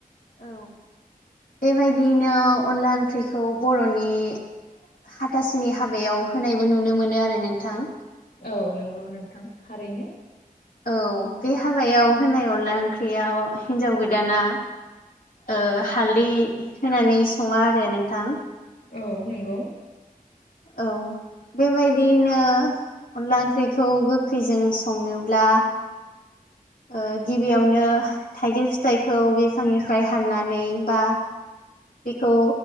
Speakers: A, on the left; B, on the left.
A: औ बेबायदियैनो अनला ओंख्रिखौ बर'नि हाथासुनि हाबायाव होनायबो नुनो मोनो आरो नोंथां
B: औ नंगौ नोंथां थारैनो।
A: औ बे हाबायाव होनाय अनला ओंख्रियाव हिन्जाव गोदाना ओ हालदै होनानै सङा आरो नोंथां
B: औ नोंगौ।
A: औ बेबायदियैनो अनला ओंख्रिखौ गोखैजों संनोब्ला ओ गिबियावनो थाइगिर फिथाइखौ बिफांनिफ्राय हाननानै बा बेखौ